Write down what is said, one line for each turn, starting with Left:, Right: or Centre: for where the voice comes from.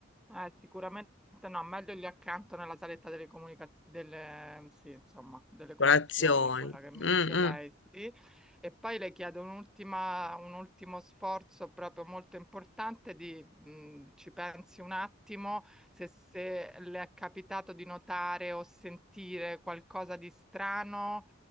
Centre: Eh, sicuramente no, meglio lì accanto nella saletta delle comunicazioni, delle, mm, sì, insomma, delle colazioni,
Left: Colazioni.
Centre: quella che mi
Left: Mm,
Centre: Colazione. dice
Left: mm,
Centre: lei, sì. E poi le chiedo un'ultima, un ultimo sforzo proprio molto importante di, mh, ci pensi un attimo, se, se le è capitato di notare o sentire qualcosa di strano.